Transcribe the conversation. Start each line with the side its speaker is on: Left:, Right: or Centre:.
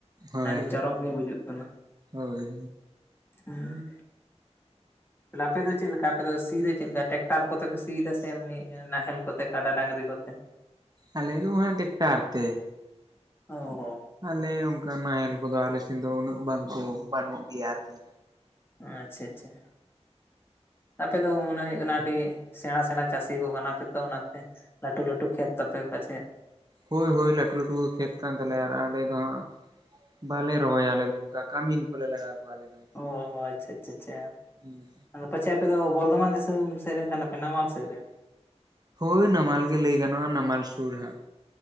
Right: ᱦᱳᱭ
Left: ᱟᱹᱰᱤ
Right: ᱦᱳᱭ
Left: ᱪᱚᱨᱚᱠ ᱜᱮ ᱵᱩᱡᱩᱜ ᱠᱟᱱᱟ᱾
Right: ᱦᱳᱭ
Left: ᱦᱮᱸ ᱛᱟᱦᱞᱮ ᱟᱯᱮᱫᱚ ᱪᱮᱫ ᱞᱮᱠᱟ ᱟᱯᱮ ᱫᱚ ᱥᱤ ᱫᱚ ᱪᱮᱫ ᱞᱮᱠᱟ ᱴᱮᱠᱴᱟᱨ ᱠᱚᱛᱮᱯᱮ ᱥᱤᱭ ᱫᱟ ᱥᱮ ᱮᱢᱱᱤ? ᱱᱟᱦᱮᱞ ᱠᱚᱛᱮ ᱠᱟᱰᱟ ᱰᱟᱝᱨᱤ ᱠᱚᱛᱮ᱾
Right: ᱟᱞᱮ ᱫᱚ ᱦᱟᱸᱜ ᱴᱮᱠᱴᱟᱨ ᱛᱮ᱾
Left: ᱚᱻ
Right: ᱟᱞᱮ ᱚᱱᱠᱟ ᱱᱟᱦᱮᱞ ᱠᱚᱫᱚ ᱟᱞᱮᱥᱮᱱ ᱫᱚ ᱩᱱᱟᱹᱜ ᱵᱟᱝᱠᱚ ᱵᱟᱹᱱᱩᱜ ᱜᱮᱭᱟ ᱟᱨᱠᱤ᱾
Left: ᱟᱪᱪᱷᱟ ᱟᱪᱪᱷᱟ, ᱟᱯᱮ ᱫᱚ ᱢᱚᱱᱮ ᱦᱩᱭᱩᱜ ᱠᱟᱱᱟ ᱟᱹᱰᱤ ᱥᱮᱬᱟ ᱥᱮᱬᱟ ᱪᱟᱹᱥᱤ ᱠᱚ ᱠᱟᱱᱟᱯᱮ ᱛᱚ, ᱚᱱᱟᱛᱮ ᱞᱟᱹᱴᱩ ᱞᱟᱹᱴᱩ ᱠᱷᱮᱛ ᱛᱟᱯᱮ ᱯᱟᱪᱮᱫ?
Right: ᱦᱳᱭ ᱦᱳᱭ ᱞᱟᱹᱴᱩ ᱞᱟᱹᱴᱩ ᱜᱮ ᱠᱷᱮᱛ ᱠᱟᱱ ᱛᱟᱞᱮᱭᱟ, ᱟᱨ ᱟᱞᱮ ᱫᱚ ᱦᱟᱸᱜ ᱵᱟᱞᱮ ᱨᱚᱦᱚᱭᱟ ᱟᱞᱮ ᱫᱚ, ᱚᱱᱠᱟ ᱠᱟᱹᱢᱤᱱ ᱠᱚᱞᱮ ᱞᱟᱜᱟᱣ ᱠᱚᱣᱟ ᱟᱞᱮ ᱫᱚ᱾
Left: ᱚ, ᱟᱪᱪᱷᱟ ᱟᱪᱪᱷᱟ ᱟᱪᱪᱷᱟ᱾
Right: ᱦᱩᱸ᱾
Left: ᱟᱫᱚ ᱯᱟᱪᱷᱮ ᱟᱯᱮ ᱫᱚ ᱵᱚᱨᱫᱚᱢᱟᱱ ᱫᱤᱥᱚᱢ ᱥᱮᱫ ᱨᱮᱱ ᱠᱟᱱᱟ ᱯᱮ, ᱱᱟᱢᱟᱞ ᱥᱮᱫ ᱨᱮᱱ?
Right: ᱦᱳᱭ ᱱᱟᱢᱟᱞ ᱜᱮ ᱞᱟᱹᱭ ᱜᱟᱱᱚᱜ-ᱟ, ᱱᱟᱢᱟᱞ ᱥᱩᱨ ᱦᱟᱸᱜ᱾